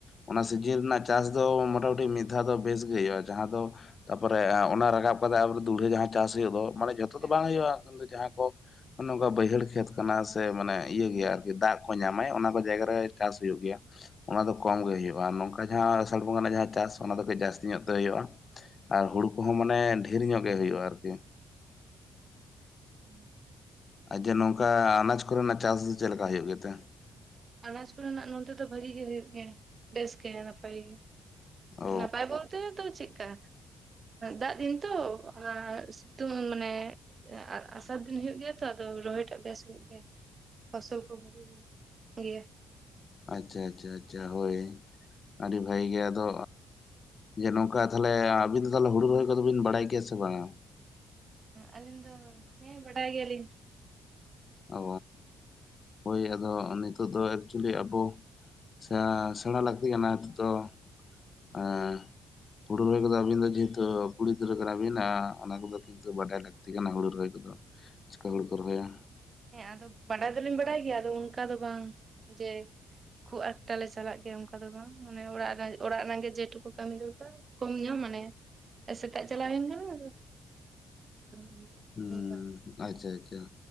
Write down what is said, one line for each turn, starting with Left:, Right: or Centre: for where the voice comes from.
Left: ᱚᱱᱟ
Right: ᱦᱩᱸ
Left: ᱥᱤᱡᱤᱱ ᱨᱮᱱᱟᱜ ᱪᱟᱥ ᱫᱚ ᱢᱚᱴᱟᱢᱩᱴᱤ ᱢᱤᱫ ᱫᱷᱟᱣ ᱫᱚ ᱵᱮᱥ ᱜᱮ ᱦᱳᱭᱳᱜᱼᱟ ᱡᱟᱦᱟᱸ ᱫᱚ ᱛᱟᱯᱚᱨᱮ ᱚᱱᱟ ᱨᱟᱠᱟᱵ ᱠᱟᱛᱮ ᱫᱩᱞᱦᱟᱹ ᱡᱟᱦᱟᱸ ᱪᱟᱥ ᱦᱳᱭᱳᱜ ᱫᱚ ᱢᱟᱱᱮ ᱡᱚᱛᱚ
Right: ᱦᱮᱸ
Left: ᱫᱚ ᱵᱟᱝ ᱦᱩᱭᱩᱜᱼᱟ ᱡᱟᱦᱟᱸ ᱠᱚ ᱚᱱᱮ ᱚᱱᱠᱟ ᱵᱟᱹᱭᱦᱟᱹᱲ ᱠᱷᱮᱛ ᱠᱟᱱᱟ ᱥᱮ ᱢᱟᱱᱮ ᱤᱭᱟᱹ ᱜᱮᱭᱟ ᱟᱨᱠᱤ ᱫᱟᱜ ᱠᱚ ᱧᱟᱢᱟᱭ ᱚᱱᱟ ᱠᱚ ᱡᱟᱭᱜᱟ ᱪᱟᱥ ᱦᱩᱭᱩᱜ ᱜᱮᱭᱟ ᱚᱱᱟ ᱫᱚ ᱠᱚᱢ ᱜᱮ ᱦᱩᱭᱩᱜᱼᱟ ᱱᱚᱝᱠᱟ ᱡᱟᱦᱟᱸ ᱟᱥᱟᱲ ᱵᱚᱸᱜᱟ ᱨᱮᱱᱟᱜ ᱡᱟᱦᱟᱸ ᱪᱟᱥ ᱚᱱᱟ ᱫᱚ ᱠᱟᱹᱡ ᱡᱟᱹᱥᱛᱤ ᱧᱚᱜ ᱦᱩᱭᱩᱜᱼᱟ ᱟᱨ ᱦᱩᱲᱩ ᱠᱚᱦᱚᱸ ᱢᱟᱱᱮ ᱰᱷᱮᱨ ᱧᱚᱜ ᱜᱮ ᱦᱩᱭᱩᱜᱼᱟ ᱟᱨᱠᱤ
Right: ᱦᱩᱸ
Left: ᱟᱡ ᱜᱮ ᱱᱚᱝᱠᱟ ᱟᱱᱟᱡ ᱠᱚᱨᱮᱱᱟᱜ ᱪᱟᱥ ᱫᱚ ᱪᱮᱫ ᱞᱮᱠᱟ ᱦᱩᱭᱩᱜ ᱜᱮᱛᱮ
Right: ᱟᱱᱟᱡ ᱠᱚᱨᱮᱱᱟᱜ ᱱᱚᱛᱮ ᱫᱚ ᱵᱷᱟᱹᱜᱤ ᱜᱮ ᱦᱩᱭᱩᱜ ᱜᱮᱭᱟ ᱵᱮᱥ ᱜᱮ ᱱᱟᱯᱟᱭ ᱜᱮ
Left: ᱚ
Right: ᱱᱟᱯᱟᱭ ᱵᱚᱞᱛᱮ ᱛᱚ ᱪᱮᱫᱠᱟ ᱫᱟᱜ ᱫᱤᱱ ᱛᱚ ᱥᱤᱛᱩᱝ ᱢᱟᱱᱮ ᱟᱸᱥᱟᱲ ᱫᱤᱱ ᱦᱩᱭᱩᱜ ᱜᱮᱭᱟ ᱛᱚ ᱨᱚᱦᱚᱭ ᱴᱟᱜ ᱵᱮᱥ ᱦᱩᱭᱩᱜ ᱜᱮᱭᱟ ᱯᱷᱚᱥᱚᱞ ᱠᱚ ᱵᱷᱟᱹᱜᱤ ᱦᱩᱭᱩᱜ ᱜᱮᱭᱟ
Left: ᱟᱪᱪᱷᱟ ᱟᱪᱪᱷᱟ ᱟᱪᱪᱷᱟ ᱦᱳᱭ ᱟᱹᱰᱤ ᱵᱷᱟᱹᱜᱤ ᱜᱮ ᱟᱫᱚ ᱡᱮ ᱱᱚᱝᱠᱟ ᱛᱟᱦᱚᱞᱮ ᱟᱵᱤᱱ ᱫᱚ ᱛᱟᱦᱚᱞᱮ ᱦᱩᱲᱩ ᱨᱚᱦᱚᱭ ᱠᱚᱫᱚ ᱵᱤᱱ ᱵᱟᱲᱟᱭ ᱜᱮᱭᱟ ᱥᱮ ᱵᱟᱝᱟ
Right: ᱟᱹᱞᱤᱧ ᱫᱚ ᱦᱮᱸ ᱵᱟᱰᱟᱭ ᱜᱮᱭᱟᱞᱤᱧ
Left: ᱚ ᱦᱳᱭ ᱟᱫᱚ ᱱᱤᱛᱚᱜ ᱫᱚ ᱮᱠᱪᱩᱭᱮᱞᱤ ᱟᱵᱚ ᱥᱮ ᱥᱮᱬᱟ ᱞᱟᱹᱠᱛᱤ ᱠᱟᱱᱟ ᱱᱤᱛᱚᱜ ᱫᱚ ᱮ ᱦᱩᱲᱩ ᱨᱚᱦᱚᱭ ᱠᱚᱫᱚ ᱟᱹᱵᱤᱱ ᱫᱚ ᱡᱮᱦᱮᱛᱩ ᱠᱩᱲᱤ ᱜᱤᱫᱽᱨᱟᱹ ᱠᱟᱱᱟᱵᱤᱱ ᱚᱱᱟ ᱠᱚᱫᱚ ᱠᱤᱱᱛᱩ ᱵᱟᱰᱟᱭ ᱞᱟᱹᱠᱛᱤ ᱠᱟᱱᱟ ᱦᱩᱲᱩ ᱨᱚᱦᱚᱭ ᱠᱚᱫᱚ ᱪᱤᱠᱟᱹ ᱦᱚᱲ ᱠᱚ ᱨᱚᱦᱚᱭᱟ
Right: ᱦᱮᱸ ᱟᱫᱚ ᱵᱟᱰᱟᱭ ᱫᱚᱞᱤᱧ ᱵᱟᱰᱟᱭ ᱜᱮᱭᱟ ᱟᱫᱚ ᱚᱱᱠᱟ ᱫᱚ ᱵᱟᱝ ᱡᱮ ᱠᱷᱩᱵ ᱟᱠᱴᱟ ᱞᱮ ᱪᱟᱞᱟᱜ ᱜᱮᱭᱟ ᱚᱱᱠᱟ ᱫᱚ ᱵᱟᱝ ᱢᱟᱱᱮ ᱚᱲᱟᱜ ᱚᱲᱟᱜ ᱨᱮᱱᱟᱜ ᱜᱮ ᱡᱮᱴᱩᱠᱩ ᱠᱟᱹᱢᱤ ᱫᱚᱨᱠᱟᱨ ᱠᱚᱢ ᱧᱚᱜ ᱢᱟᱱᱮ ᱥᱮᱛᱟᱜ ᱪᱟᱞᱟᱣ ᱦᱩᱭᱮᱱ ᱠᱟᱱᱟ ᱦᱩᱭᱩᱜᱼᱟ
Left: ᱦᱩᱸ
Right: ᱚᱱᱠᱟ
Left: ᱟᱪᱪᱷᱟ ᱟᱪᱪᱷᱟ